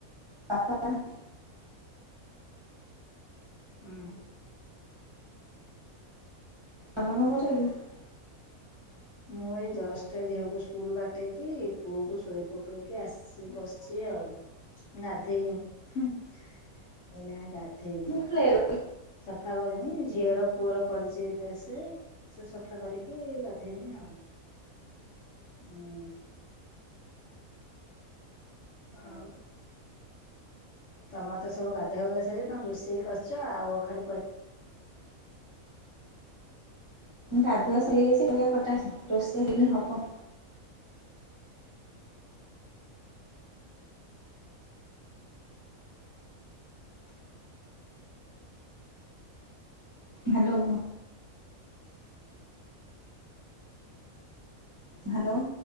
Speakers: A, on the right; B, on the left.
A: ବାପା
B: ହୁଁ।
A: ତମେ କଣ କରିବ କି?
B: ମୁଁ ଏଇ ଜଷ୍ଟ ଝିଅକୁ ସ୍କୁଲ ବାଟେଇକି ପୁଅକୁ ଶୋଇ ପକେଇକି ଆସ୍ ସି ବସିଛି ଆଉ। ଗାଧେଇନି ଏନା ଗାଧେଇନି।
A: <unintelligible>
B: ସଫା କରିମି ଝିଅର ପୁଅର ପଡିଛି ଏଇ ଡ୍ରେସ ରେ ସବୁ ସଫା କରି କି ଗାଧେଇମି ଆଉ ହୁଁ। ଆଉ ତମର ତ ସବୁ ଗାୁଆବାଧ ସିକି ତମ ରୋଷେଇକି କରିଛ ଆଉ ଖାଲି ପ
A: ଗାଧୁଆ ଚ <unintelligible> ରୋଷେଇ ହେଇନି ହବ। ହ୍ୟାଲୋ। ହ୍ୟାଲୋ।